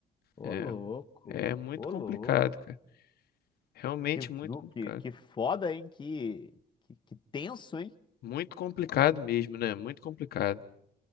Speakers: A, on the left; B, on the left.
A: Ô
B: É,
A: louco,
B: é muito
A: ô
B: complicado,
A: louco.
B: cara. Realmente
A: Que,
B: muito
A: nu-
B: complicado.
A: que, que foda, hein? Que, que, que tenso, hein?
B: Muito complicado mesmo, né? Muito complicado.